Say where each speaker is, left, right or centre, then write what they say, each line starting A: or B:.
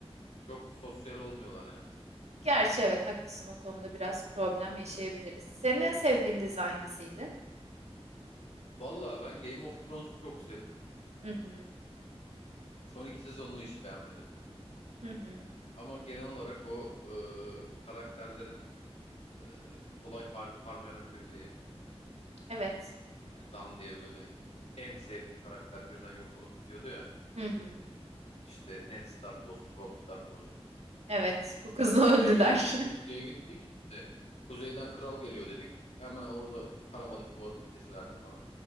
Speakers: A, on the left; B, on the right.
A: çok sosyal olmuyorlar yani.
B: Gerçi evet haklısın o konuda biraz problem yaşayabiliriz. Senin en sevdiğin dizi hangisiydi?
A: Valla ben Game of Thrones'u çok sevdim.
B: Hı hı.
A: Son iki sezonunu hiç beğenmedim.
B: Hı hı.
A: Ama genel olarak o e, karakterlerin e, kolay har- harcanabilirliği.
B: Evet.
A: Hani Dan diye böyle en sevdiğin karakter birden yok olup gidiyordu ya.
B: Hı hı.
A: İşte Ned Stark olsun, Robb Stark olsun. Hani
B: Evet. Çok
A: direkt
B: hızlı
A: tık
B: öldüler.
A: diye, gi- tık diye gittik. İşte kuzeyden kral geliyor dedik. Hemen orada karabalık boğazını kesiverdi falan.